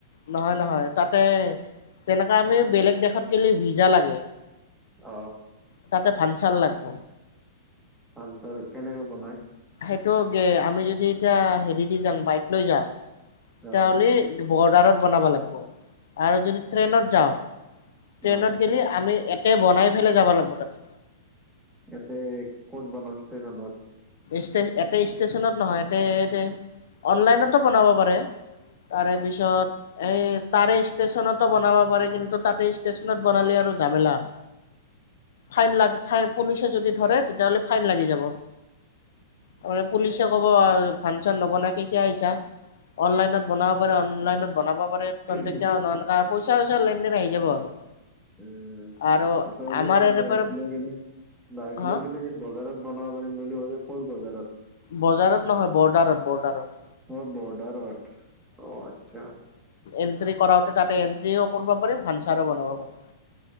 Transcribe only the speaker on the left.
নহয় নহয় তাতে তেনেককা আমি বেলেগ দেশত গলে ভিজা লাগে।
তাতে ভাং চাল লাগিব।
সেইটো গে আমি যদি এতিয়া হেৰি দি যাওঁ বাইক লৈ যাওঁ
তাহলি বৰ্ডাৰত বনাব লাগিব আৰু যদি ট্ৰেইনত যাওঁ। ট্ৰেইনত
গেলি আমি তাতে বনাই পেলাই যাব লাগিব তাতে
ষ্ট এ ষ্টেচনত নহয় ই অনলাইনতো বনাব পাৰে। তাৰে পিছত। এই তাৰে ষ্টেশচনতো বনাব পাৰেি কিন্তু তাতে ষ্টেশচনত বনালে আৰু ঝামেলা ফাইন লাগ ফাইন পুলিচে যদি ধৰে তেতিয়াহ'লে ফাইন লাগি যাব। তাৰ মে পুলিচে ক'ব আৰু ফাংচন নবন আহিছা অনলাইনত বনাব পাৰে অনলনত। বনাব পাৰে তে তেতিয়া
না পইচা চইচা লেনদেন আহ যাব আৰু
আৰু
আমাৰ
ইয়াৰে
পৰা
হা
বজাৰত নহয় বৰ্ডাৰত বৰ্ডাৰত
এণ্ট্ৰি কৰাওতে তাতে এন্ট্ৰিও কৰিব পাৰিম। ভাানছাৰো বনাব পাৰিম।